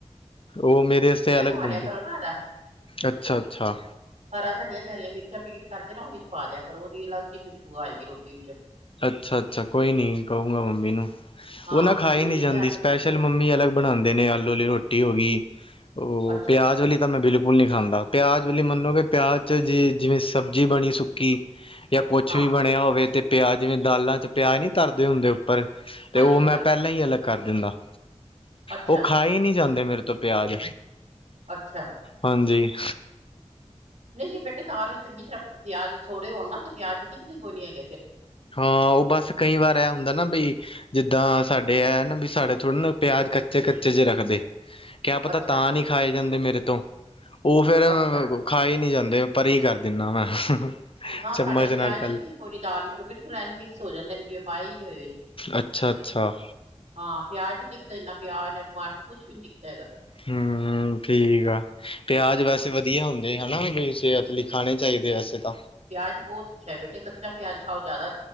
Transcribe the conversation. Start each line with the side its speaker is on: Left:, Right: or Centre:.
Left: ਓ ਮੇਰੇ ਸੇ ਅਲੱਗ
Right: ਪਵਾ
Left: ਬਨਦੀ।
Right: ਲਿਆ ਕਰੋ ਨਾ ਹਰਾ।
Left: ਅੱਛਾ- ਅੱਛਾ।
Right: ਹਰਾ ਧਨੀਆ ਤੇ ਹਰੀਆਂ ਮਿਰਚਾਂ ਬੀਟ ਕਰਕੇ ਨਾ ਓ ਵਿੱਚ ਪਾ ਦੇਆ ਕਰੋ। ਓਦੀ ਅਲਗ ਜਿ ਖੁਸ਼ਬੂ ਆਏਗੀ ਰੋਟੀ ਚ,।
Left: ਅੱਛਾ- ਅੱਛਾ। ਕੋਈ ਨੀ, ਕਹੂੰਗਾ ਮੰਮੀ ਨੂੰ।
Right: ਹਾਂ
Left: ਓ ਨਾ ਖਾਈ
Right: ਵੀ ਜਿਵੇਂ
Left: ਨੀ
Right: ਨੀਰੇ
Left: ਜਾਂਦੀ
Right: ਆਲੂ
Left: ਸਪੈਸ਼ ਲ ਮੰਮੀ ਅਲੱਗ ਬਣਾਂਦੇ ਨੇ, ਆਲੂ ਵਾਲੀ ਰੋਟੀ ਹੋਗੀ, ਓ
Right: ਅੱਛਾ
Left: ਪਿਆਜ ਵਾਲੀ ਤਾਂ ਮੈਂ ਬਿਲਕੁਲ ਨੀ ਖਾਂਦਾ। ਪਿਆਜ ਵਲੀ ਮਨੋਗੇ ਪਿਆਜ਼ ਚ, ਜੇ ਜਿਵੇਂ ਸਬਜ਼ੀ ਬਣੀ ਸੁ ਕੀ ਯਾ ਕੁਛ
Right: ਹਾਂ
Left: ਵੀ ਬਣਿਆ ਹੋਵੇ ਤੇ, ਪਿਆਜ ਜਿਵੇਂ ਦਾਲਾਂ ਚ, ਪਿਆਜ ਨੀ ਤਰਦੇ ਹੁੰਦੇ ਉ ਪਰ ਤੇ
Right: ਹਾਂਜੀ,
Left: ਓ ਮੈਂ
Right: ਹਾਂਜੀ
Left: ਪਹਿਲਾਂ ਹੀ ਅਲੱਗ ਕਰ ਦਿੰਦਾ।
Right: ਅੱਛਾ,
Left: ਓ ਖਾਏ ਈ ਨੀ ਜਾਂਦੇ। ਮੇਰੇ ਤੋਂ। ਪਿਆਜ
Right: ਅੱਛਾ
Left: ਹਾਂਜੀ।
Right: ਨਈ ਜੇ ਬੇਟੇ ਦਾਲ ਵਿਚ ਚੰਗੀ ਤਰ੍ਹਾਂ ਪਿਆਜ ਸੋੜੇ ਹੋਣ ਨਾ ਤੇ ਪਿਆਜ ਤੇ ਦਿੱਖਦੇ ਈ ਕੋਈ ਨੀ ਹੈਗੇ ਫੇਰ‌।
Left: ਹਾਂ। ਓ ਬੱਸ ਕਈ ਵਾਰ ਐ ਹੁੰਦਾ ਨਾ। ਬਈ ਜਿੱਦਾਂ ਸਾਡੇ ਐ, ਨਾ ਬੀ ਸਾਡੇ ਥੋੜੇ ਨਾ ਪਿਆਜ ਕੱਚੇ-ਕੱਚੇ ਜੇ ਰੱਖਦੇ‌। ਕਿਆ ਪਤਾ
Right: ਅੱਛਾ,
Left: ਤਾਂ ਨਹੀਂ ਖਾਏ ਜਾਂਦੇ। ਮੇਰੇ ਤੋਂ ਓ ਫੇਰ
Right: ਅੱਛਾ
Left: ਖਾਏ ਈ ਨੀ ਜਾਂਦੇ। ਪਰੇ ਈ ਕਰ ਦਿੰਨਾ ਮੈਂ।
Right: ਨਾ
Left: ਚਮਚ
Right: ਸਾਡੇ ਤੇ
Left: ਨਾਲ
Right: ਪਿਆਜ
Left: ਪਹਿਲੇ
Right: ਦਿਖਦੀ ਨੀ। ਪੂਰੀ ਦਾਲ ਵਿੱਚ ਬਿਲਕੁਲ ਐਂਜ ਮਿਕਸ ਹੋ ਜਾਂਦੇ ਨੇ। ਜਿਵੇਂ ਪਾਏ ਈ ਨੀ ਹੋਏ।
Left: ਅੱਛਾ ਅੱਛਾ
Right: ਹਾਂ। ਪਿਆਜ ਤੇ ਦਿਖਦਾ ਇਨਾ ਪਿਆਜ ਨਾ, ਟਮਾਟਰ ਕੁਛ ਵੀ ਨੀ ਦਿਖਦਾ ਹੈਗਾ।
Left: ਹੂੰ। ਠੀਕ ਆ। ਪਿਆਜ ਵੈਸੇ ਵਧੀਆ ਹੁੰਦੇ ਹੈਨਾ। ਬਈ ਸੇਹਤ ਲਿਖਾਣੇ ਚਾਹੀਦੇ। ਵੈਸੇ ਤਾਂ।
Right: ਪਿਆਜ ਬੋਤ, ਅੱਛਾ। ਐ ਬੇਟੇ ਕੱਚਾ ਪਿਆਜ ਖਾਓ ਜਾਦਾ।